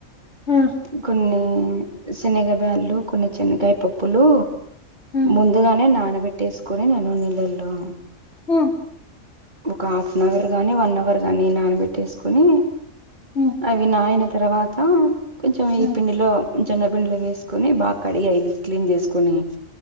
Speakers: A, on the left; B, on the right.
A: హ్మ్.
B: గుున్ని శనగయ బ్యాలు కొన్ని చినకాయ పప్పులు
A: హ్మ్.
B: ముందుగానే నాన పెట్టేసుకుొని నేను నీళ్ళల్లో
A: హ్మ్.
B: ఒక హాఫ్ అన్ అవర్ గాని వన్ అవర్ గాని నానబెట్టేసుకొని
A: హ్మ్.
B: అవి నాయిన తర్వాత కొంచెం
A: హ్మ్.
B: ఈ పిండిలో జన్నపిిండిలో వేసుకొని బాగా కడిగి అ క్లీన్ చేసుకొని